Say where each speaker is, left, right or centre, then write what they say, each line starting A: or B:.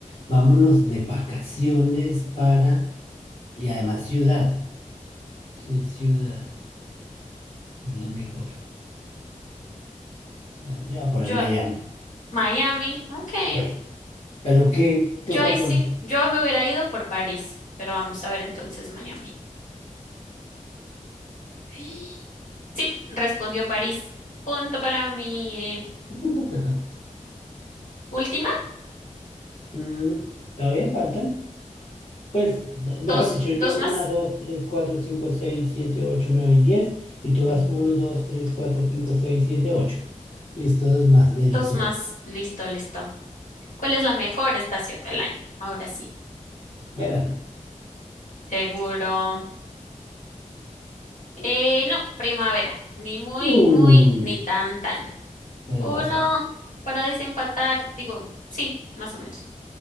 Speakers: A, on the left; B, on the left.
A: Vámonos de vacaciones para... Y además ciudad. ¿Qué ciudad es la mejor? Bueno, yo voy a poner
B: Yo,
A: Miami.
B: Miami, ok.
A: Pues, ¿pero qué?
B: Yo
A: ¿Tú cuál
B: ahí
A: pones?
B: sí, yo me hubiera ido por París, pero vamos a ver entonces Miami. <gasps> Sí, respondió París. Punto para mi
A: <laughs>
B: última,
A: Mm, ¿todavía faltan? Pues, mejor
B: dos,
A: dicho,
B: dos
A: yo
B: más.
A: uno, 2, 3, 4, 5, 6, 7, 8, 9 y diez, Y tú
B: Uno,
A: vas uno, dos, tres,
B: tres,
A: cuatro,
B: cuatro.
A: cinco, seis, siete, ocho. Listo, dos más de
B: Dos
A: la suerte.
B: más, listo, listo. ¿Cuál es la mejor estación del año? Ahora sí,
A: Verano.
B: seguro. Eh, no, primavera, ni muy,
A: Uh,
B: muy, ni tan, tan.
A: tienes
B: Uno
A: razón.
B: para desempatar, digo, sí, más o menos,